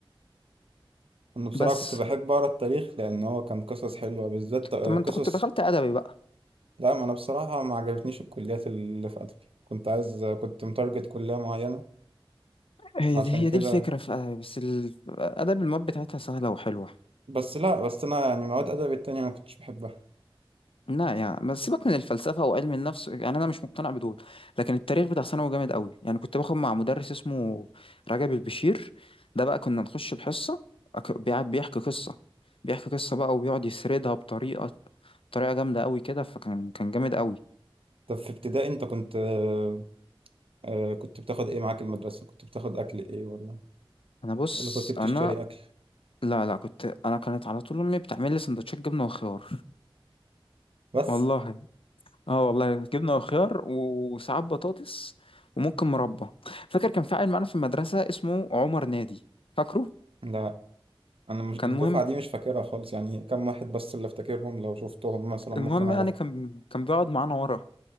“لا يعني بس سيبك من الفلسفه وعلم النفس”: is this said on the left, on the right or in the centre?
Left